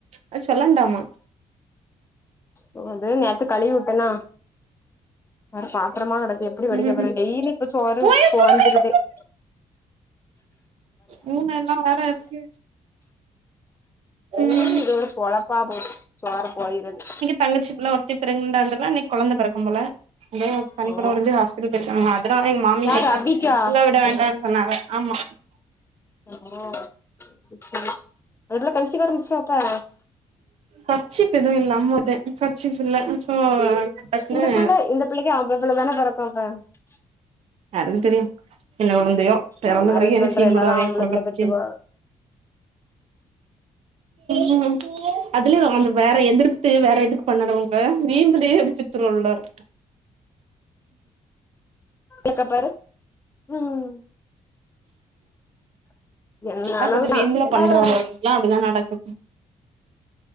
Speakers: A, on the right; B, on the left.
A: அது சொல்லாண்டாமா
B: ஓ அது நேத்து கழுவி வுட்டேனா அட பாத்தரமா கடக்கு எப்டி வடிக்க
A: ம்
B: போறே டெய்லி இப்ப சோறு
A: போய்
B: பொகஞ்சுருது
A: புடுக்கடி
B: <inaudible>
A: மூணு எல்லா வேற இருக்கு
B: டெய்லி
A: ம்
B: இது ஒரு பொழப்பா போச்சு சோறு பொகைறது
A: தங்கச்சிப்புள்ள ஒருத்தி பிரக்ணண்ட் டா இருந்தால இன்னக்கி கொழந்த பெறக்கு போல பனிக்கொடோ
B: ஓ
A: ஒடஞ்சி ஹாஸ்பிட்டல் போயிருக்காங்க அதனாலா எங்க மாமியார்
B: யாரு அபிக்கா
A: அங்க விட வேண்டான் சொன்னாங்க ஆமா
B: ஓ சேரி சேரி அந்தப்புள்ள கன்சிவ் வா இருந்துச்சா அப்ப
A: கர்ச்சிஃப் எது இல்லாம்மதே கர்ச்சிஃப் இல்ல ஸோ டக்குனுு
B: இந்த பிள்ள இந்த பிள்ளைக்கு ஆம்பள <unintelligible>
A: யாருக்கு தெரியு என்ன கொழந்தையோ பெறந்த
B: லவ் மேரேஜ்
A: பெறகு என்ன
B: பண்ற
A: சீன்
B: எல்லாரு
A: போடுவாக
B: ஆம்பள
A: எ குடும்பத்துக்கே
B: புள்ள பெத்துக்கோ
A: <inaudible> அதுலயு நம்ம இந்த வேற எதிர்த்து வேற எதுக்கு பண்ணாதவங்க வீம்பு <unintelligible>
B: க்க பாரு ம் என்ன
A: தா
B: ஆனாலுந்தா
A: கொஞ்சொ வீம்புல
B: எல்லாரு
A: பண்றோவங்களுக்குலா அப்டிதா நடக்கு